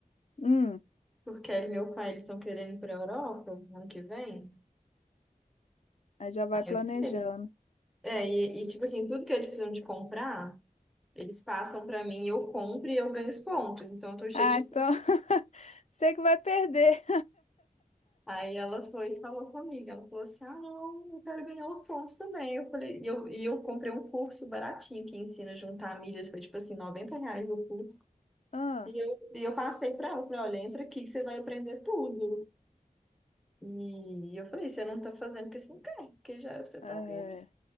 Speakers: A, on the left (about 50°); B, in the centre.
A: Hum,
B: Porque ele e meu pai, eles estão querendo ir pra Europa ano que vem.
A: aí já vai
B: Aí
A: planejando.
B: eu falei. É, e, e, tipo assim, tudo que eles precisam de comprar, eles passam pra mim, eu compro e eu ganho os pontos. Então eu tô cheia
A: Ah,
B: de
A: então.
B: pontos.
A: <laughs> Sei que vai perder.
B: Aí ela foi e falou comigo, ela falou assim, ah, não, eu quero ganhar os pontos também. Eu falei, e eu, e eu comprei um curso baratinho que ensina a juntar milhas, foi tipo assim, 90 reais o curso.
A: Ah,
B: E eu, e eu passei para ela, falei, olha, entra aqui que você vai aprender tudo. E eu falei, você não tá fazendo porque você não quer, porque já era pra você
A: é,
B: tá ganhando